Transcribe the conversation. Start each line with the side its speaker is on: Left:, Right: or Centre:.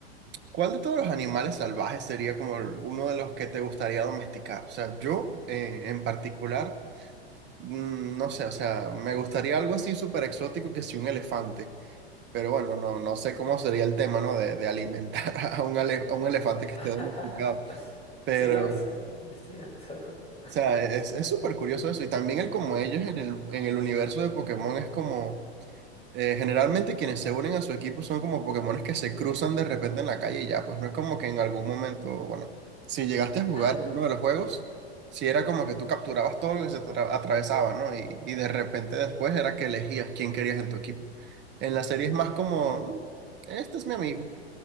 Right: ¿cuál de todos los animales salvajes sería como el- uno de los que te gustaría domesticar? O sea, yo eh, en particular, mm, no sé, o sea, me gustaría algo así súper exótico que si un elefante, pero bueno, no, no sé cómo sería el tema, ¿no? De, de alimentar <laughs> a un, ale- a un elefante
Left: <laughs>
Right: que esté domesticado, pero...
Left: Sí, no, sí, sí, es cierto. <laughs>
Right: O sea, es, es súper curioso eso. Y también el como ellos en el, en el universo de Pokémon es como, eh, generalmente quienes se unen a su equipo son como Pokémones que se cruzan de repente en la calle y ya, pues no es como que en algún momento, bueno, si llegaste a jugar
Left: Ah,
Right: alguno de los juegos, si era como que tú capturabas todo lo que se te atra- atravesaba, ¿no? Y, y de repente después era que elegías quién querías en tu equipo. En la serie es más como, "Mm, este es mi amigo,
Left: eh,